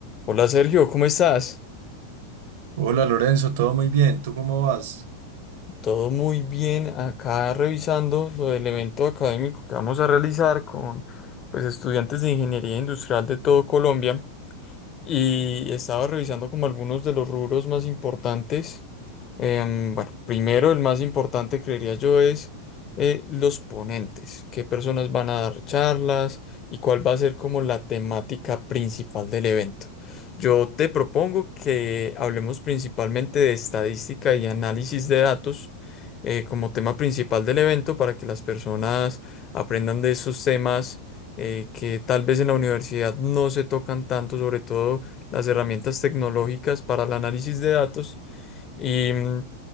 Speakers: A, on the left (about 30°); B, on the right (about 55°).
A: Hola Sergio, ¿cómo estás?
B: Hola Lorenzo, todo muy bien, ¿tú cómo vas?
A: Todo muy bien, acá revisando lo del evento académico que vamos a realizar con pues estudiantes de ingeniería industrial de todo Colombia. y estaba revisando como algunos de los rubros más importantes. Em, bueno, primero el más importante creería yo es eh, los ponentes, qué personas van a dar charlas y cuál va a ser como la temática principal del evento. Yo te propongo que hablemos principalmente de estadística y análisis de datos eh, como tema principal del evento para que las personas aprendan de esos temas eh, que tal vez en la universidad no se tocan tanto, sobre todo las herramientas tecnológicas para el análisis de datos. Y mm,